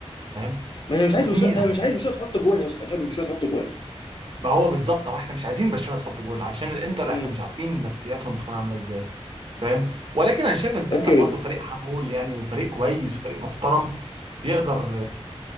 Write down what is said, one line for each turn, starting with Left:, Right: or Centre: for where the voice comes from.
Right: فاهم
Left: ما انا مش
Right: ودي
Left: عايز برشلونه
Right: ميزة
Left: انا مش
Right: على
Left: عايز
Right: فكرة
Left: برشلونه تحط جوان يا اسطى مش عايز برشلونه تحط جوان
Right: ما هو بالظبط هو احنا مش عايزين برشلونة تحط جون عشان الانتر
Left: امم
Right: احنا مش عارفين نفسياتهم بتكون عاملة ازاي فاهم ولكن انا شايف ان الانتر
Left: اوكي
Right: برضو فريق حمول يعني وفريق كويس وفريق محترم يقدر